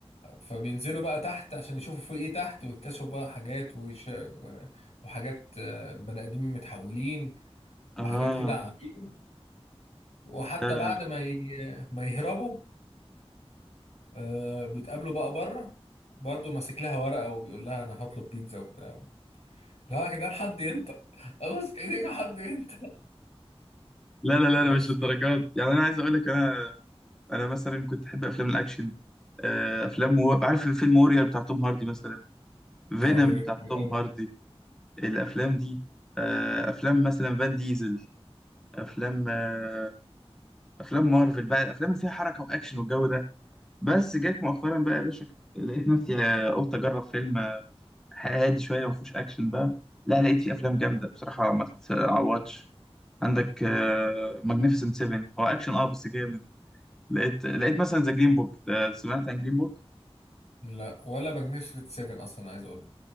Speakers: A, on the left; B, in the centre.
A: فبينزلوا بقى تحت عشان يشوفوا في ايه تحت ويكتشفوا بقى حاجات ويش... وحاجات آه، بني ادمين متحولين
B: اه
A: وحاجات كده عجيبة وحتى
B: لا لا
A: بعد ما ي... ما يهربوا آه بيتقابلوا بقى بره برضه ماسك لها ورقة وبيقول لها انا هطلب بيتزا وبتاع لا يا جدعان حد ينطق ابوس ايديك حد ينطق
B: لا لا لا
A: بس
B: لا مش للدرجات دي. يعني انا عايز اقول لك انا انا مثلا كنت احب افلام الاكشن آه، افلام و... عارف فيلم وورير بتاع توم هاردي مثلا فينوم
A: دوري
B: بتاع
A: حلو
B: توم
A: قوي
B: هاردي الافلام دي آه، افلام مثلا فان ديزل افلام آه، افلام مارفل بقى الافلام اللي فيها حركه واكشن والجو ده بس جت مؤخرا بقى يا باشا لقيت نفسي آه، قلت اجرب فيلم آه، هادي شويه ما فيهوش اكشن بقى لا لقيت فيه افلام جامده بصراحه ما تتعوضش عندك ماجنيفيسنت 7 هو اكشن اه بس جامد لقيت لقيت مثلا ذا جرين بوك سمعت عن جرين بوك
A: لا ولا ماجنيفيسنت 7 اصلا عايز اقول